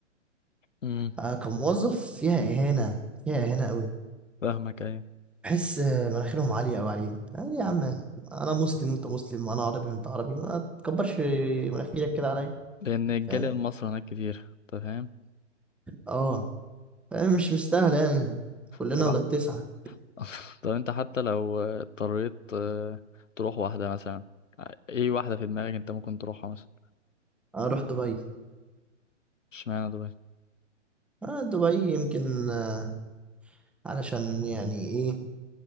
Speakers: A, on the left; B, in the centre.
A: امم
B: أه كموظف فيها إهانة فيها إهانة قوي
A: فاهمك ايوه
B: بحس آه، مناخيرهم عالية أوي علينا يعني يا عم أنا مسلم وأنت مسلم أنا عربي وأنت عربي ما تكبرش مناخيرك كده عليا
A: لان الجالية
B: فاهم
A: المصري هناك كتير تمام
B: اه آه، مش مستاهلة يعني كلنا
A: تبع
B: ولاد تسعة
A: <laughs> طب انت حتى لو اضطريت آه، تروح واحدة مثلا ايه واحدة في دماغك انت ممكن تروحها مثلا
B: أروح دبي
A: اشمعنى دبي
B: آه دبي يمكن آه علشان يعني إيه